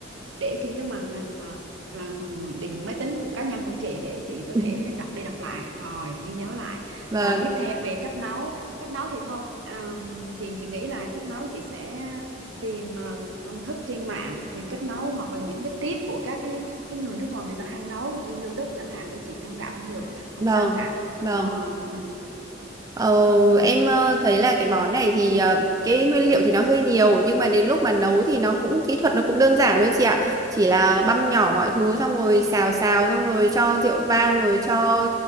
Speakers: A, on the right; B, on the right.
A: để trên cái màn hình ờ, ờ, định máy tính của cá nhân của chị để chị có
B: <laughs>
A: thể đọc đi đọc lại rồi ghi nhớ lại
B: Vâng,
A: rồi tiếp theo về cách nấu cách nấu thì thôi ờm, chị chị nghĩ là cách nấu chị sẽ tìm ờ, công thức trên mạng tìm cách nấu hoặc là những cái tip của các cái, cái người nước ngoài người ta hay nấu trên YouTube chẳng hạn để chị tham khảo cũng được không
B: vâng,
A: sao cả
B: vâng.
A: Ờ, ừ,
B: Ờ, em ờ, thấy là cái món này thì ờ, cái nguyên liệu thì nó hơi nhiều nhưng mà đến lúc mà nấu thì nó cũng kỹ thuật nó cũng đơn giản thôi chị ạ. Chỉ là băm nhỏ mọi thứ xong rồi xào xào xong rồi cho rượu vang rồi cho